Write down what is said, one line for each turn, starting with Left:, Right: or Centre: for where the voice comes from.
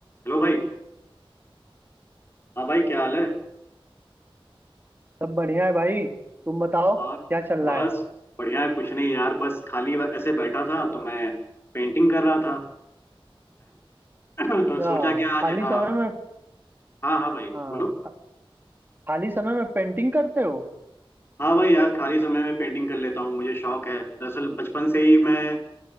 Left: Hello भाई हाँ भाई क्या हाल है
Right: सब बढ़िया है भाई तुम बताओ
Left: और
Right: क्या चल रहा
Left: बस
Right: है
Left: बढ़िया है कुछ नहीं यार बस खाली ऐसे बैठा था तो मैं पेंटिंग कर रहा था <clears throat>
Right: अच्छा
Left: तो सोचा कि आज
Right: खाली
Left: हाँ
Right: समय में
Left: हाँ हाँ भाई
Right: हाँ
Left: बोलो
Right: खा- खाली समय में पेंटिंग करते हो
Left: हाँ भाई यार खाली समय में पेंटिंग कर लेता हूँ मुझे शौक है दरअसल बचपन से ही मैं